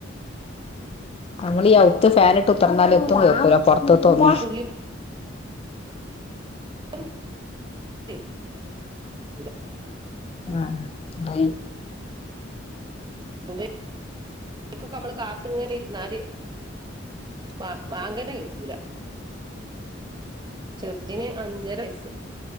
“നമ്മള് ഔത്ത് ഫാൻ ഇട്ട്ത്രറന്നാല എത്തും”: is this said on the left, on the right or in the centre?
Left